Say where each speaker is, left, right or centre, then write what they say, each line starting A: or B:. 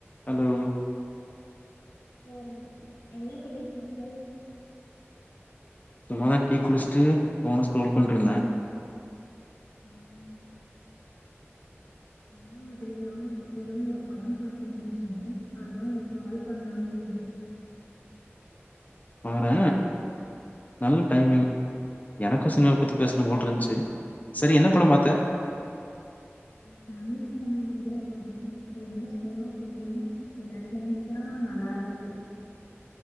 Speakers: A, on the left (about 35°); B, on the left (about 80°).
A: Hello
B: ஆமா என்ன பண்ணிட்ருக்க
A: சும்மாதா டீ குடிச்சுட்டு ஃபோன ஸ்க்ரோல் பண்ட்ருந்தே
B: ம் உம் அதேதா இப்போதா ஒரு படம் பாத்து முடிச்சே அதா உனக்கு கால் பண்லான்னு தோனுச்சி
A: பாறே நல்ல டைமிங் எனக்கு சினிமா பத்தி பேசணு போலருந்திச்சு செரி என்ன படம் பாத்த
B: ஃபேமிலி <unintelligible> மாதிரி <unintelligible> ரொம்ப சுலோவா <unintelligible> சில சீன்ஸ்தாநல்லா இருந்தது